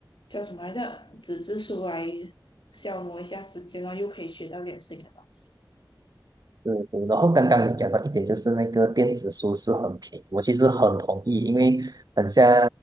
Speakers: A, on the left (about 75°); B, on the right (about 55°).
A: 叫什么来着，纸质书来消磨一下时间，然后又可以学到点新的东西。
B: 是，然后刚刚你讲到一点，就是那个电子书是很便宜，我其实很同意，因为很像